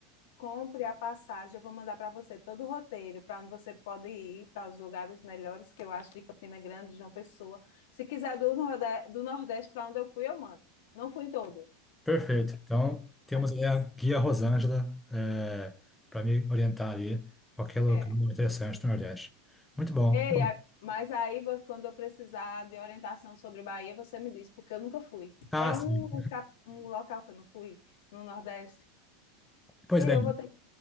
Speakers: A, on the left (about 70°); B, in the centre.
A: Compre a passagem, eu vou mandar para você todo o roteiro para onde você pode ir, para os lugares melhores que eu acho de Campina Grande, João Pessoa. Se quiser do Nordeste, do Nordeste para onde eu fui, eu mando. Não fui em todo,
B: perfeito. Então, temos
A: mas
B: aí a guia Rosângela para me orientar ali qualquer lugar
A: é.
B: interessante no Nordeste. Muito bom.
A: Ei, a- mas aí vo- quando eu precisar de orientação sobre Bahia, você me diz, porque eu nunca fui.
B: Ah,
A: É
B: sim.
A: um, cap- um local que eu não fui no Nordeste.
B: Pois
A: Ei,
B: bem,
A: eu vou ter, que-